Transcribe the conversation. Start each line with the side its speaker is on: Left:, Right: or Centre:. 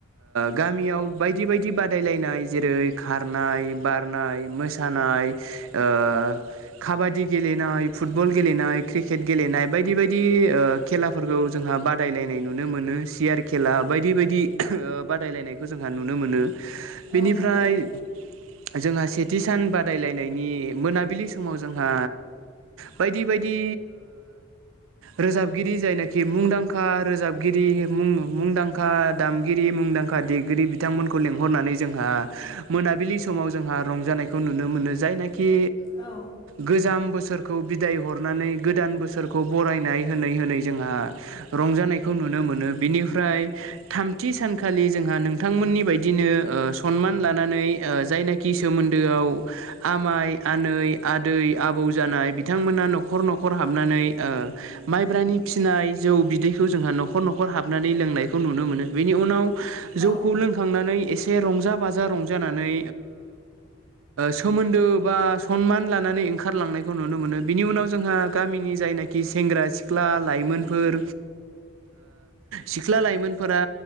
Right: गामियाव बायदि बायदि बादायलायनाय जेरै खारनाय बारनाय मोसानाय ओ काबादि गेलेनाय फुटबल गेलेनाय क्रिकेट गेलेनाय बायदि बायदि खेलाफोरखौ जोंहा जोंहा बादायलायनाय नुनो मोनो सियार खेला बायदि बायदि बादायलायनायखौ जोंहा नुनो मोनो बेनिफ्राय
Left: औ नंगौ
Right: जोंहा सेथि सान बादायलायनायनि मोनाबिलि फलि समाव जोंहा बायदि बायदि रोजाबगिरि जायनाखि मुंदांखा रोजाबगिरि मुंदांखा दामगिरि मुं दांखा दैगिरि बिथांमोनखौ लिंहरनानै जोंहा मोनाबिलि समाव जोंहा रंजानायखौ नुनो मोनो जायनाखि
Left: औ
Right: गोजाम बोसोराव बोसोरखौ बिदाय हरनानै गोदान बोसोरखौ बरायनाय होनानै होनै जोंहा रंजानायखौ नु नो बिनिफ्राय थामथि सानखालि जोंहा नोंथांमोननि बायदिनो सनमान ला नानै जायनाखि सोमोन्दोआव आमाइ आनै आदै आबौ जानाय बिथांमोना न'खर न'खर हाबनानै माइब्रानि फिसिनाय जौ बिदैखौ जोंहा न'खर न'खर न हाबनानै लोंनायखौ नुनो मोनो बेनि उनाव
Left: औ
Right: जौखौ लोंखांनानै एसे रंजा बाजा रज जानानै सोमोन्दो बा सनमान लानानै ओंखारलांनायखौ नुनो मोनो बिनि उनाव जोंहा गामिनि जाय जायनाखि सेंग्रा सिख्ला लाइमोनफोर सिख्ला लाइमोनफोरा